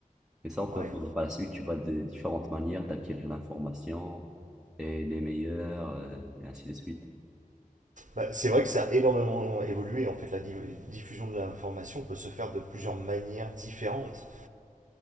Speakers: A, in the centre; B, on the right.
A: Et ça, on peut
B: Ouais.
A: en parler par la suite. Tu vois, de différentes manières d'acquérir l'information et les meilleures, euh, et ainsi de suite.
B: Bah, c'est vrai que ça a énormément évolué. En fait, la div- diffusion de l'information peut se faire de plusieurs manières différentes.